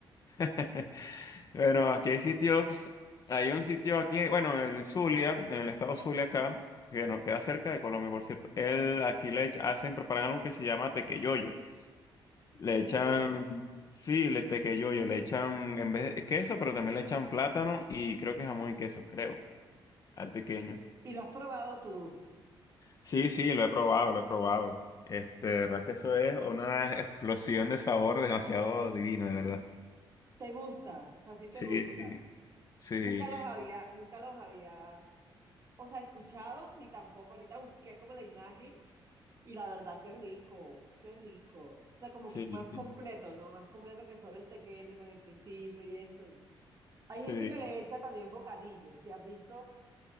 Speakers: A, on the left; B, on the right.
A: <laughs> Bueno, aquí hay sitios, hay un sitio aquí, bueno, en el Zulia, en el estado Zulia acá, que nos queda cerca de Colombia, por cierto. Él, aquí le echa- hacen, preparan algo que se llama tequeyoyo. Le echan,
B: Y que,
A: sí, le tequeyoyo, le echan en vez de queso, pero también le echan plátano y creo que jamón y queso, creo, al tequeño.
B: Y lo has probado tú.
A: Sí, sí, lo he probado, lo he probado. Este, de verdad que eso es una explosión de sabor demasiado divina, de verdad.
B: ¿Te gusta? O sea, sí
A: Sí,
B: te gusta.
A: sí, sí,
B: Nunca los había, nunca los había, o sea, escuchado, ni tampoco. Ahorita busqué como la imagen y la verdad, qué rico, qué rico. O sea, como
A: sí,
B: que más completo,
A: sí.
B: ¿no? Más completo que solo el tequeño con el quesito y esto. Hay
A: sí.
B: gente que le echa también bocadillo. Si has visto